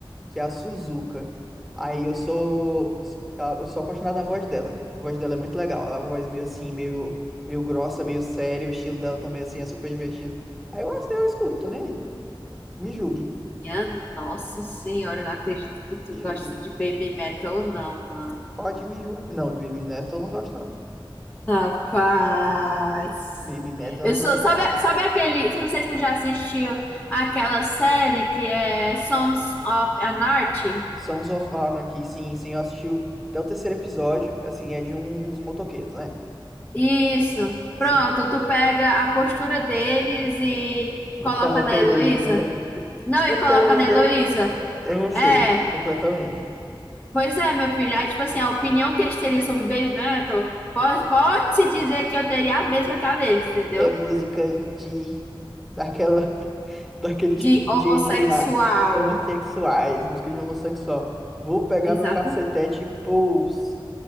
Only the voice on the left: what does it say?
Minha nossa senhora, eu não acredito que tu
gosta
de baby metal ou não, mano.
Rapaz.
Eu
sou,
sabe, sabe aquele, não sei se tu já assistiu aquela série que é Sons of Anarchy?
Isso.
Pronto, tu pega a postura deles e
coloca
na
Heloísa.
Não, e
coloca
na Heloísa.
É.
Pois é, meu filho. Aí, tipo assim, a opinião que eles teriam sobre Baby Metal pode, pode se dizer que eu teria a mesma que a deles, entendeu?
De
homossexual.
Exato.